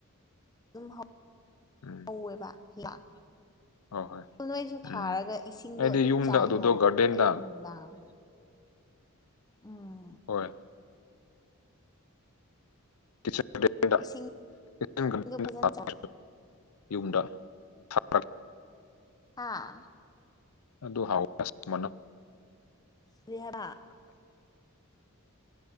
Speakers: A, on the left; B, on the left.
A: ꯑꯗꯨꯝ ꯍꯧ
B: ꯎꯝ
A: ꯍꯧꯋꯦꯕ ꯂꯥꯛ
B: ꯍꯣꯏ ꯍꯣꯏ
A: ꯗꯨ ꯅꯣꯏꯁꯨ
B: ꯎꯝ
A: ꯊꯥꯔꯒ ꯏꯁꯤꯡꯗꯣ
B: ꯑꯩꯗꯤ
A: ꯑꯗꯨꯝ
B: ꯌꯨꯝꯗ
A: ꯆꯥꯏꯌꯣ
B: ꯑꯗꯨꯗꯣ ꯒꯥꯔꯗꯦꯟꯗ
A: ꯑꯌꯨꯛ ꯅꯨꯡꯗꯥꯡ ꯎꯝ
B: ꯍꯣꯏ ꯇꯤꯆꯔ ꯗ‌ꯦꯗꯥ
A: ꯏꯁꯤꯡꯗꯣ
B: <unintelligible>
A: ꯐꯖꯅ ꯆꯥꯎ
B: ꯌꯨꯝꯗ <unintelligible>
A: ꯍꯥ
B: ꯑꯗꯨ ꯍꯥꯎ <unintelligible> ꯃꯅ
A: ꯀꯔꯤ ꯍꯥꯕꯥ